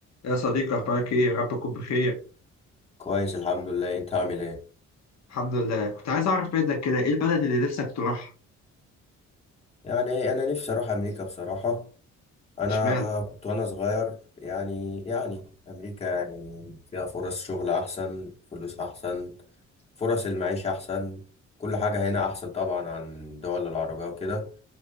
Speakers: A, on the left (about 65°); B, on the left (about 20°).
A: يا صديقي أخبارك إيه؟ يا رب تكون بخير،
B: كويس الحمد لله انت عامل ايه
A: الحمد لله، كنت عايز أعرف منك كده إيه البلد اللي نفسك تروحها؟
B: يعني انا نفسي اروح امريكا بصراحة انا
A: إشمعنى؟
B: كنت وانا صغير يعني يعني امريكا يعني فيها فرص شغل احسن فلوس احسن فرص المعيشة احسن كل حاجة هنا احسن طبعا عن دول العربية وكده